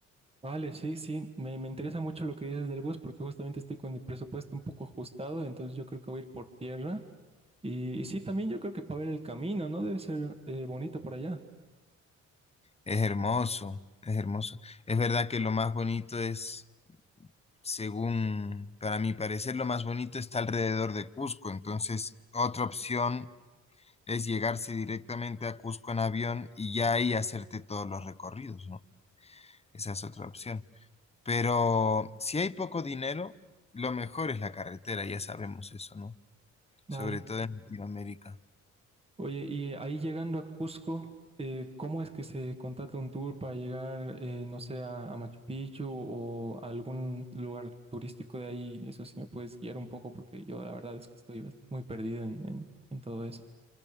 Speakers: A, on the right; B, on the left.
A: Vale, sí, sí, me, me interesa mucho lo que dices del bus porque justamente estoy con el presupuesto un poco ajustado, entonces yo creo que voy a ir por tierra. Y, y sí, también yo creo que para ver el camino, ¿no? Debe ser eh, bonito por allá.
B: Es hermoso, es hermoso. Es verdad que lo más bonito es, según, para mi parecer, lo más bonito está alrededor de Cusco. Entonces, otra opción es llegarse directamente a Cusco en avión y ya ahí hacerte todos los recorridos, ¿no? Esa es otra opción. Pero si hay poco dinero, lo mejor es la carretera, ya sabemos eso, ¿no?
A: Vale.
B: Sobre todo en Latinoamérica.
A: Oye, y ahí llegando a Cusco, eh, ¿cómo es que se contrata un tour para llegar, eh, no sé, a, a Machu Picchu o a algún lugar turístico de ahí? Eso sí me puedes guiar un poco porque yo la verdad es que estoy bast- muy perdido en, en, en todo eso.